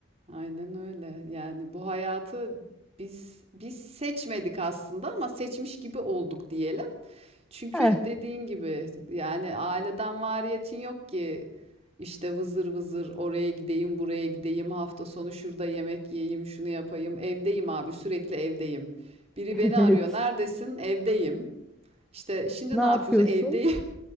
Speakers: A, on the right; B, in the centre.
A: Aynen öyle. Yani bu hayatı biz biz seçmedik aslında ama seçmiş gibi olduk diyelim. Çünkü
B: Heh,
A: dediğin gibi yani aileden variyetin yok ki işte vızır vızır oraya gideyim, buraya gideyim, hafta sonu şurada yemek yiyeyim, şunu yapayım. Evdeyim abi, sürekli evdeyim. Biri
B: <laughs>
A: beni
B: evet.
A: arıyor. Neredesin? Evdeyim. İşte şimdi
B: Ne
A: ne
B: yapıyorsun?
A: yapıyoruz? Evdeyim.